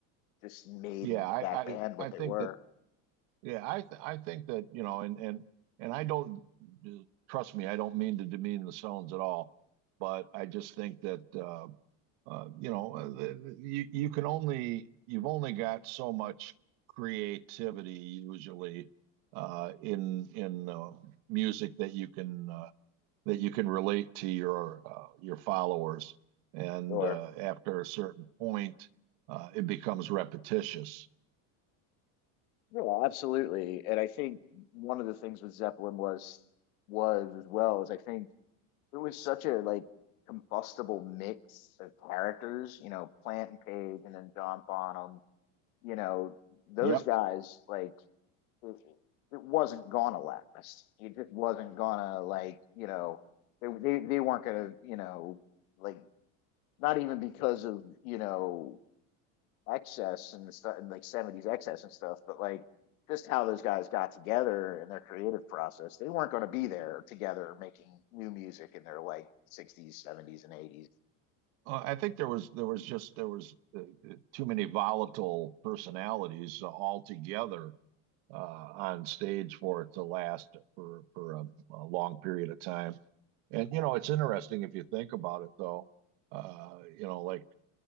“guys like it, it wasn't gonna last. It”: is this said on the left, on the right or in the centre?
Left